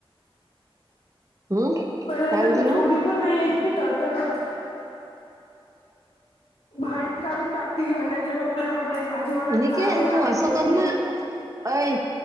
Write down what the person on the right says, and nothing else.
हम्म.
काय म्हणते
निकेत
तू असं
कर ना अय